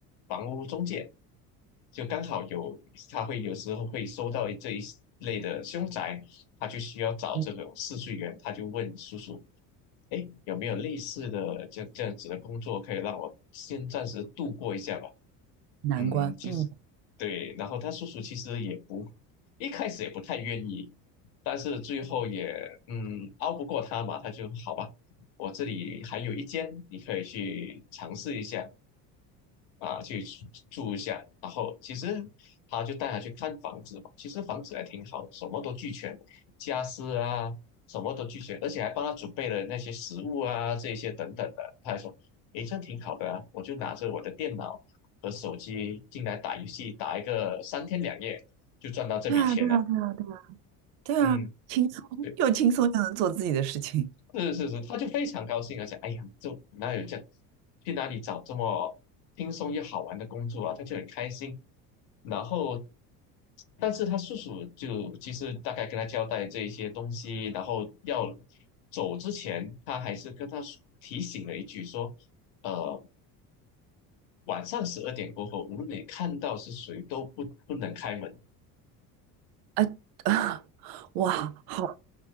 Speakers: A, on the left; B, on the right.
A: 房屋中介，就刚好有他会有时候会收到这一类的凶宅，他就需要找这种试睡员，
B: 嗯
A: 他就问叔叔，哎，有没有类似的这这样子的工作可以让我先暂时度过一下？吧？
B: 难关。
A: 嗯，其实对，
B: 嗯，
A: 然后他叔叔其实也不一开始也不太愿意，但是最后也嗯拗不过他嘛，他就好吧，我这里还有一间，你可以去尝试一下啊，去住住一下。然后其实他就带他去看房子嘛，其实房子还挺好，什么都俱全，家私啊什么都俱全，而且还帮他准备了那些食物啊这些等等的。他还说，诶，这样挺好的啊，我就拿着我的电脑。和手机进来打游戏，打一个三天两夜就赚到这笔钱了。
B: 对啊，对啊，对啊，对啊。对啊，
A: 嗯，
B: 轻松又轻松又能做自己的事情，
A: 对，是是是，他就非常高兴啊，而且哎呀，就哪有这样，去哪里找这么轻松又好玩的工作啊？他就很开心。然后，但是他叔叔就其实大概跟他交代这一些东西，然后要走之前，他还是跟他提醒了一句说，呃，晚上十二点过后，无论你看到是谁，都不不能开门。
B: 啊啊，<laughs> 哇，好